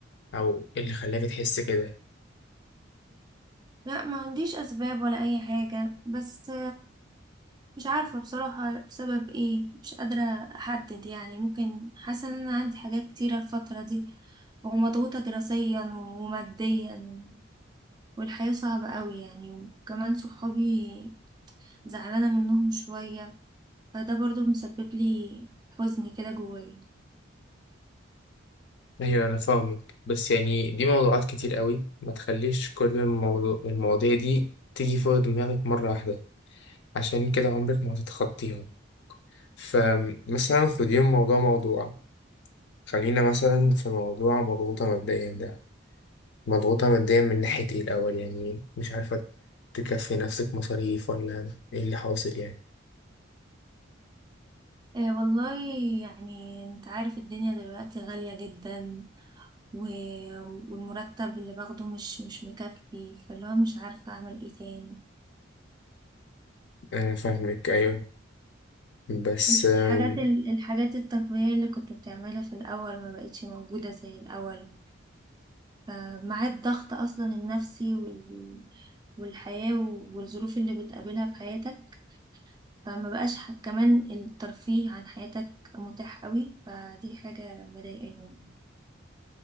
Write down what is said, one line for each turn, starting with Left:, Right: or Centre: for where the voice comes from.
Left: او ايه اللي خلاك تحس كده
Right: لا ما عنديش اسباب ولا اي حاجة بس مش عارفة بصراحة بسبب ايه مش قادرة احدد يعني ممكن حاسة ان انا عندي حاجات كتيرة الفترة دي ومضغوطة دراسيا وماديا والحياة صعبة قوي يعني وكمان صحابي زعلانة منهم شوية فده برضو مسبب لي حزن كده جوايا
Left: ايوه انا فاهمك بس يعني دي موضوعات كتير قوي ما تخليش كل الموضوع المواضيع دي تيجي فوق دماغك مرة واحدة عشان كده عمرك ما هتتخطيها فمثلا خديهم موضوع موضوع خلينا مثلا في موضوع مضغوطة ماديا ده مضغوطة ماديا من ناحية ايه الاول يعني مش عارفة تكفي نفسك مصاريف ولا ايه اللي حاصل يعني
Right: آه والله يعني انت عارف الدنيا دلوقتي غالية جدا و... والمرتب اللي باخده مش مش مكفي فاللي هو مش عارفة اعمل ايه تاني
Left: انا فاهمك ايوه بس
Right: الحاجات
Left: آم،
Right: ال- الحاجات الترفيهية اللي كنت بتعملها في الأول ما بقتش موجودة زي الأول فمع الضغط أصلا النفسي وال... والحياة والظروف اللي بتقابلها في حياتك فما بقاش ح- كمان الترفيه عن حياتك متاح قوي فدي حاجة مضايقاني